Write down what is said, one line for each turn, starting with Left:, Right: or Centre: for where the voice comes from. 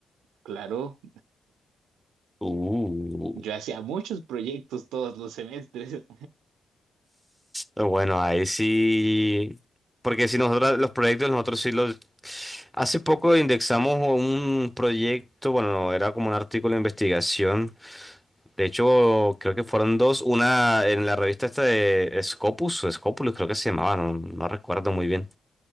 Right: Claro,
Centre: Uh,
Right: yo hacía muchos proyectos todos los semestres.
Centre: Bueno, ahí sí, porque si nosotros los proyectos, nosotros sí los... Hace poco indexamos un proyecto, bueno, no, era como un artículo de investigación. De hecho, creo que fueron dos, una en la revista esta de Scopus, o Scopulus creo que se llamaba, no, no recuerdo muy bien.